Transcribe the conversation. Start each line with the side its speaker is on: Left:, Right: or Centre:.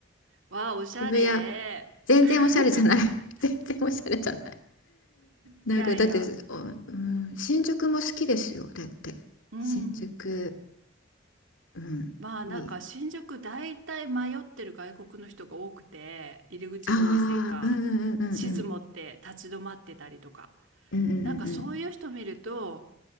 Right: わあ、おしゃれ。
Left: 渋谷。全然おしゃれじゃない。
Right: <laughs>
Left: <laughs> 全然おしゃれじゃない。なんかだって、
Right: いやいや。
Left: おうん、新宿も好きですよ。だって。
Right: うん。
Left: 新宿。うん。
Right: まあなんか新宿大体迷ってる外国の人が多くて入り口が多いせいか地図持って立ち止まってたりとか
Left: いい。ああ、うんうんうんうんうん。うんうん
Right: なんかそういう人見ると